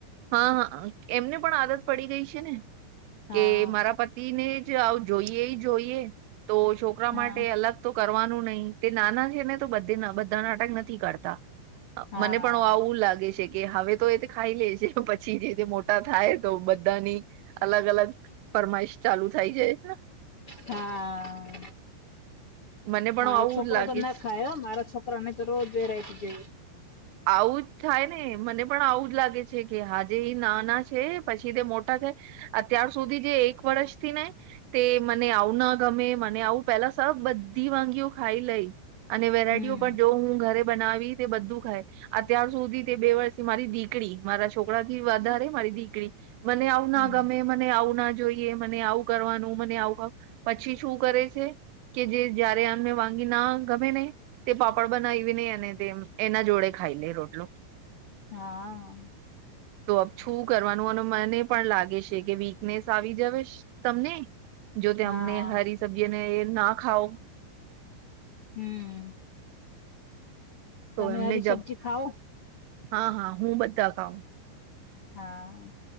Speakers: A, on the right; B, on the left.
A: હા હા! એમને પણ આદત પડી ગઈ છે ને.
B: હા
A: કે મારા પ. ને જ આવ જોઈએ જોઈએ. તો છોકરા
B: હા
A: માટે અલગ. તો કરવાનું નહી. તે નાના છે ને. તો બધ બધા નાટક નથી કરતા.
B: હા
A: મને પણ આવું લાગે છે કે હવે. તો એ ખાઈ લે છે. પછી જે તે મોટા થાય તો બધાની અલગ અલગ. ફરમાઈશ ચાલુ થઈ જાય ને.
B: હા!
A: મને પણ
B: મારો
A: આવું
B: છોકરો
A: જ લાગે
B: તો ના
A: છે
B: ખાય. મારા છોકરા ને તો રોજ વેરાયટી જોઈ.
A: આવું જ થાય ને. મને પણ આવું જ લાગે છે. કે હજે એ નાના છે. પછી તે મોટ. અત્યાર સુધી જે એક વર્ષથી ને. તે મને આવું ના ગમે, મને આવું પેલા સ. ધી વાનગીઓ ખાઈ લઈ. અને વેરાયટીઓ
B: હમ
A: પણ જો હું ઘરે બનાવી તે, બધું ખાય. અત્યાર સુધી તે બે વર્ષથી મારી દીકરી, મારા છોકરા થી વધારે મારી દીકરી. મને આવું
B: હમ
A: ના ગમે, મને આવું ના જોઈ. મને આવું કરવાનું. મ આવું પછી શું કરે છે, કે જે. જ્યારે આનમે વાગી ના ગમે ને. તે પાપડ બનાવીવી નહી અને તે, એના જોડે ખાઈ લે રોટલો.
B: હા!
A: તો છું કરવાનું, અને મને પણ લાગે છે. કે વીકનેસ આવી જવે. તમને જો તે,
B: હા
A: અમને હરી સબ્જી અને ના ખાવ.
B: હમ!
A: તો
B: તમે
A: એમને
B: હરી
A: જબ.
B: સબ્જી ખાઓ
A: હા હા હું બધા ખાઉં.
B: હા!